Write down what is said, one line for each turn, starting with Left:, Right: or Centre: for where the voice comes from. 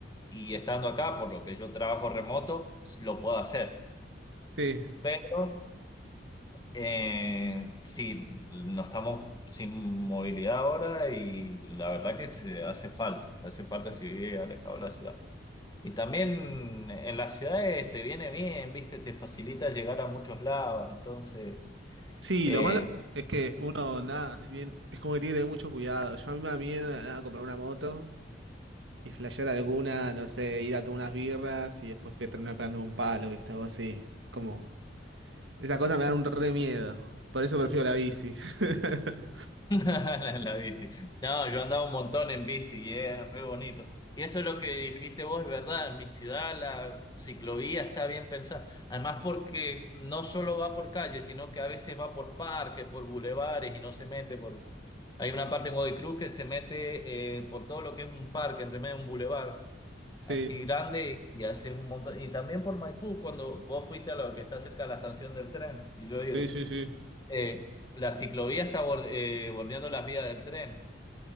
Left: y estando acá, por lo que yo trabajo remoto, lo puedo hacer.
Right: Sí.
Left: Pero eh, sí, no estamos sin movilidad ahora y la verdad que se hace falta, hace falta si vive alejado de la ciudad. Y también en las ciudades te viene bien, viste, te facilita llegar a muchos lados, entonces
Right: Sí,
Left: eh,
Right: lo malo es que uno, nada, si tiene- es como que tiene que tener mucho cuidado. Yo a mí me da miedo, nada, comprar una moto y flashear alguna, no sé, ir a tomar unas birras y después pe- terminar pegándome un palo, ¿viste? Algo así. Es como, esa cosa me da un re miedo. Por eso prefiero la bici. <laughs>
Left: <laughs> La, la viste. No, yo andaba un montón en bici y es re bonito. Y eso es lo que dijiste vos, es verdad. En mi ciudad la ciclovía está bien pensada. Además, porque no solo va por calles, sino que a veces va por parques, por bulevares y no se mete por. Hay una parte en Godoy Cruz que se mete eh, por todo lo que es un parque, entre medio de un bulevar
Right: Sí,
Left: así grande y haces un montón. Y también por Maipú, cuando vos fuiste a lo que está cerca de la estación del tren, si yo he
Right: sí,
Left: ido.
Right: sí, sí.
Left: Eh, la ciclovía está borde- eh, bordeando las vías del tren,